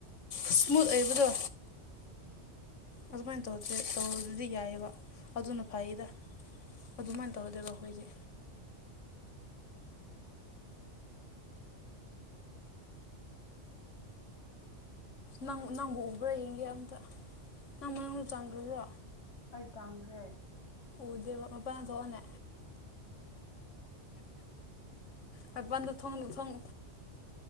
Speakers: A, on the left; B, on the left.
A: ꯏꯁꯃꯨꯠ ꯑꯣꯏꯕꯗꯣ
B: ꯎꯝ
A: ꯑꯗꯨꯃꯥꯏ ꯇꯧꯗ꯭ꯔꯦ ꯇꯧꯗ꯭ꯔꯥꯗꯤ ꯌꯥꯏ ꯑꯕ ꯑꯗꯨꯅ ꯐꯩꯌꯦꯗ ꯑꯗꯨꯃꯥꯏꯟ ꯇꯧꯗꯦꯕ ꯑꯩꯈꯣꯏꯗꯤ ꯅꯪ ꯅꯪꯕꯨ ꯎꯕ꯭ꯔꯥ ꯌꯦꯡꯒꯦ ꯑꯝꯇꯥ ꯅꯪ ꯃꯅꯨꯡ ꯆꯪꯒ꯭ꯔꯥꯕꯣ
B: ꯑꯩ ꯆꯪꯈ꯭ꯔꯦ
A: ꯎꯗꯦꯕ ꯃꯄꯥꯟꯗ ꯊꯣꯛ ꯑꯣꯅꯦ ꯃꯄꯥꯟꯗ ꯊꯣꯡ ꯊꯣꯡ